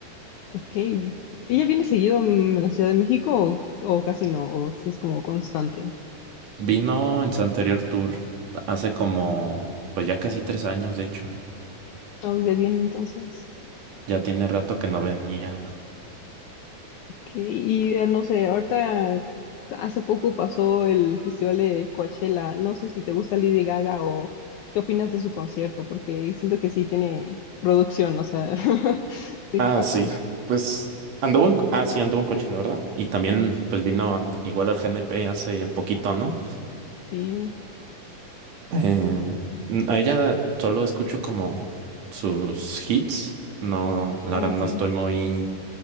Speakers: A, on the left (about 75°); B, on the right (about 55°).
A: ok. ¿Ella viene seguido mm, a la Ciudad de México o, o casi no? ¿O si es como constante?
B: Vino en su anterior tour, hace como, pues ya casi tres años, de hecho.
A: No, ya viene entonces.
B: Ya tiene rato que no venía.
A: Ok, Y eh, no sé, ahorita hace poco pasó el festival de Coachella. No sé si te gusta Lady Gaga o qué opinas de su concierto, porque siento que sí tiene producción, o sea, <laughs> sí
B: Ah,
A: se pasó.
B: sí, pues anduvo en, ah, sí, anduvo en coche, la verdad. Y también, pues vino igual al GNP hace poquito, ¿no?
A: Sí,
B: Em, n- a ella solo escucho como sus hits. No, la
A: ah,
B: verdad no
A: sí,
B: estoy muy,